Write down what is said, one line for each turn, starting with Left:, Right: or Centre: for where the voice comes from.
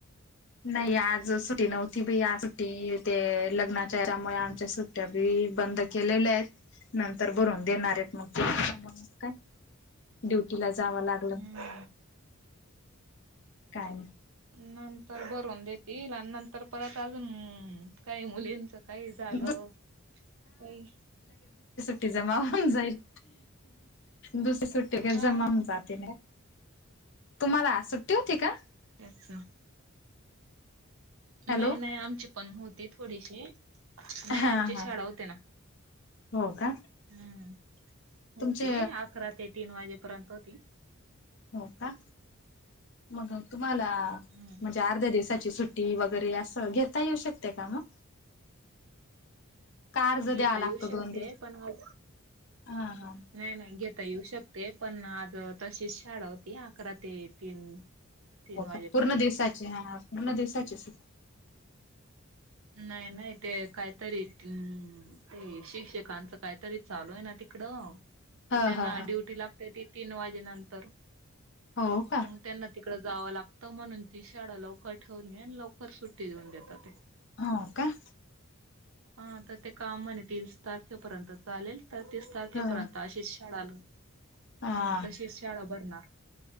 Left: नाही आज सुट्टी नव्हती बाई आज सुट्टी ते लग्नाच्या यामुळे आमच्या सुट्टी त्या बी बंद केलेल्या आहेत नंतर भरून देणार आहेत मग का ड्युटी ला जांव लागत
Right: हम्म.
Left: काय नाय.
Right: नंतर भरवून देतील. आणि नंतर परत अजून. काही मुलींच काही झालं.
Left: नाही.
Right: काही
Left: सुटी जमा जाईल. दुसरी सुुट्टी काय
Right: हा
Left: जमा होउन जाते ना. तुम्हाला आज सुट्टी होती का?
Right: तेच ना.
Left: हॅलो
Right: नाही नाही. आमची पण होती थोडीशी. नाही
Left: हा
Right: आमची
Left: हा
Right: शाळा होती ना.
Left: हो का
Right: हम्म.
Left: तुमचे
Right: होती. अकरा ते तीन वाजेपर्यंत होती.
Left: हो का? मग तुम्हाला.
Right: हम्म
Left: म्हणजे आ अर्ध्या दिवसाची सुट्टी वगैरे असं. घेता येऊ शकते का मग? का अर्ज
Right: घेता
Left: द्यावा लागतो.
Right: येऊ शकते
Left: दोन दिवस.
Right: पण आज
Left: ह ह.
Right: नाही नाही घेता येऊ शकते. पण आज तशीच शाळा होती. अकरा ते तीन. तीन
Left: हो
Right: वाजेपर्यंत
Left: का? पूर्ण दिवसाची. हा पूर्ण दिवसाची सुट्टी.
Right: नाही नाही ते कायतरी अम्म. ते शिक्षकांचं काहीतरी चालू आहे ना. तिकडं.
Left: हा
Right: त त्यांना
Left: हा हा
Right: ड्युटी लागते ती. तीन वाजे नंतर.
Left: हो का
Right: त मग त्यांना तिकड जावं लागतं. म्हणून ती शाळा लवकर ठेवलीये. आणि लवकर सुट्टी देऊन देतात ते.
Left: हो काे?
Right: हा त ते काम म्हणे. तीस तारखेपर्यंत चालेल. तीस तारखेपर्यंत
Left: हा
Right: अशीच शाळा.
Left: हा
Right: ह. तशीच शाळा भरणार.